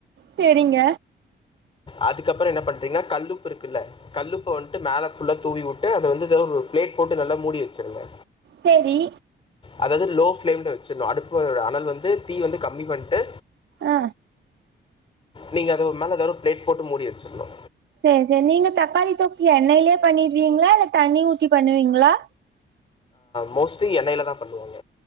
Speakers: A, on the right; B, on the left.
A: சேரிங்க
B: அதுக்கப்புற என்ன பண்றீங்கன்னா கல்லுப்பு இருக்குல்ல கல்லுப்ப வந்துட்டு மேல ஃபுல்லா தூவி விட்டு அத வந்து ஒரு பிளேட் போட்டு நல்லா மூடி வச்சிருங்க
A: சேரி
B: அதாவது லோ ஃப்ளேம்ல வச்சிடுங்க அடுப்புட அனல் வந்து தீ வந்து கம்மி பண்ணிட்டு
A: ஆ
B: நீங்க அது மேல ஏதாவது பிளேட் போட்டு மூடி வச்சிரணு
A: சேரி சேரி நீங்க தக்காளி தொக்கு எண்ணெய்யிலயே பண்ணிடுவீங்களா இல்ல தண்ணி ஊத்தி பண்ணுவீங்களா
B: மோஸ்ட்லி எண்ணெயில தா பண்ணுவாங்க